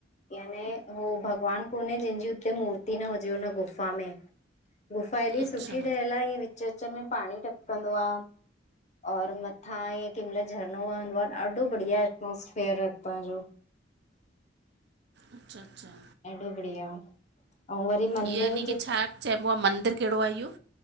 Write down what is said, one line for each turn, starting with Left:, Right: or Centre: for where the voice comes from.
Left: याने हो भॻवानु कोन्हे जंहिंजी, उते मूर्ती न हुजे हुन गुफ़ा में। गुफा एॾी सुठी
Right: अच्छा
Left: ठहियल आ, ईअं विच- विच में पाणी टपकंदो आ और मथां ईंयं केहिंमल झरनो वहंदो आ, ॾाढो बढ़िया एटमोसफेयर आ, हितां जो।
Right: अच्छा- अच्छा
Left: ॾाढो बढ़िया। अऊं वरी मंदिर
Right: ईअं यनी
Left: जे
Right: की छा चइबो आ, मंदिर कहिड़ो आ इह्यो?